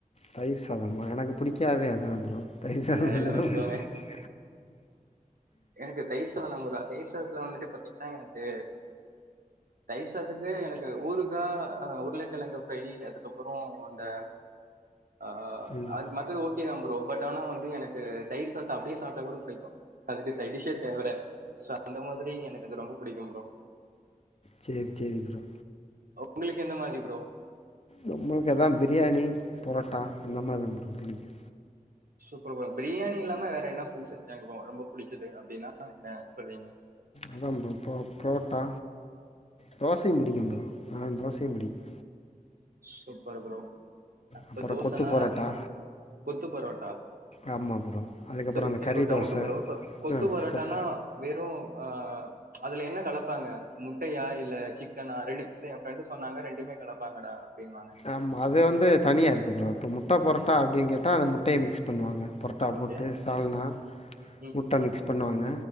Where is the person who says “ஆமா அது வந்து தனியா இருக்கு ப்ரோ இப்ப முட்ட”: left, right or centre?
Left